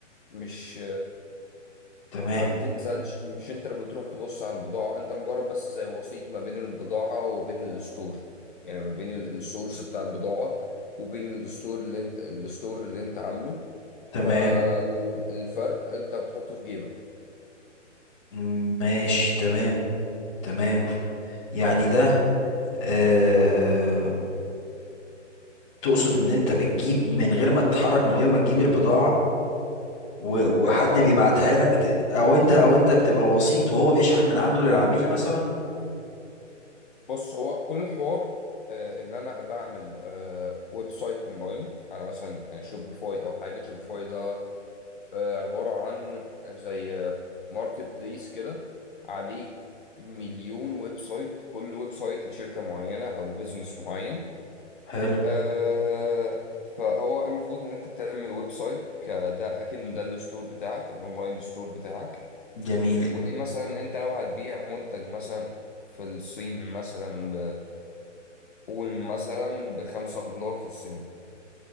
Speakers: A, on the left (about 40°); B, on the left (about 25°).
A: مش
B: تمام
A: ما بتنزلش مش انت اللي بتروح تبص على البضاعة انت مجرد بس زي وسيط ما بين البضاعة وبين الستور يعني ما بين ال- السورس بتاع البضاعة وبين الستور اللي انت الستور اللي انت عامله
B: تمام
A: ف والفرق انت بتحطه في جيبك
B: مم، ماشي تمام تمام يعني ده آه... تقصد ان انت بتجيب من غير ما تتحرك من غير ما تجيب البضاعه و- وحد
A: اه اه،
B: بيبعتها لك ت- او انت او انت بتبقى وسيط وهو بيشحن من عنده للعميل مثلا
A: بص هو كل الحوار آه ان انا بعمل آه ويب سايت اونلاين على مثلا آه، شوبيفاي او حاجة شوبيفاي ده آه، عبارة عن زي ماركت بليس كده عليه مليون ويب سايت كل ويب سايت لشركة معينة أو بزنس معين
B: حلو
A: آه، فهو المفروض إن أنت بتعمل ويب سايت كده أكنه ده الستور بتاعك الأونلاين ستور بتاعك
B: جميل
A: ومثلا أنت لو هتبيع منتج مثلا في الصين مثلا بقول مثلا بخمسة دولار في الصين